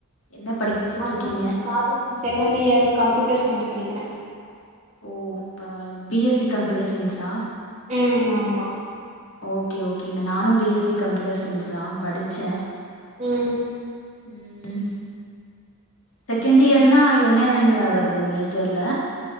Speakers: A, on the left; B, on the right.
A: என்ன படிச்சிட்ருக்கீங்க
B: உன்ன பாத்தா க ஏய் செகண்ட் இயர் கம்ப்யூட்டர் சயின்ஸ் படிக்கிறேன்
A: ஓ பரவாயில்லைங்க பி எஸ்‌ சி கம்ப்யூட்டர் சயின்ஸா
B: ம் ஆமா
A: ஓகே ஓகேங்க நானும் B S C computer science தான் படிச்ச
B: ம்
A: ம் செகண்ட் இயர்னா என்னென்ன எங்க வருது மேஜர்ல